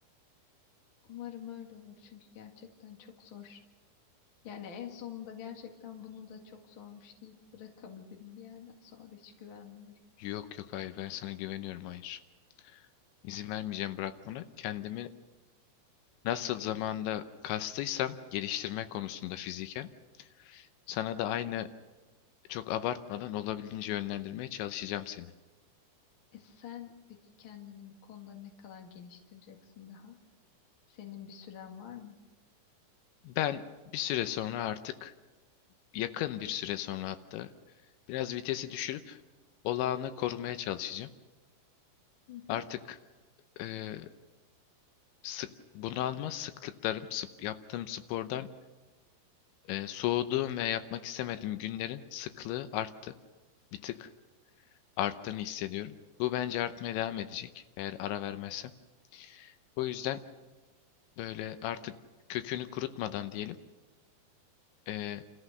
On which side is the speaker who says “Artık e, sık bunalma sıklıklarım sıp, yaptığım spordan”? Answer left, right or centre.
Left